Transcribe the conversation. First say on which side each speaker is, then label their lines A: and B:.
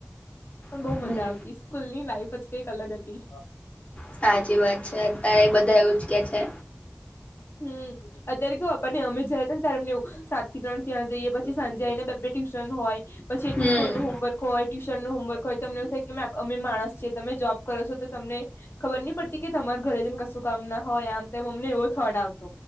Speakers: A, on the left; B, on the left.
A: પણ
B: હમ
A: બહુ મજા આવતી સ્કૂલ ની લાઈફ જ કઈક અલગ હતી.
B: સાચી વાત છે અત્યારે એ બધા એવું જ કે છે.
A: હમ અત્યારે કેવું આપણે અમે જ હતાને ત્યારે અમને એવું. સાત થી ત્રણ ત્યાં જઈએ પછી સાંજે આવી ને બે ટ્યુશન હોય પછી એ
B: હમ
A: તો સ્કૂલનુ હોમવર્ક હોય ટ્યુશન નું હોમવર્ક હોય તમને એવું થાય કે અમે માણસ છીએ તમે જોબ કરો છો તો તમને ખબર નહી પડતી કે તમાર ઘરે જને કશું કામ ના હોય આમ. મને એવો થોટ આવતો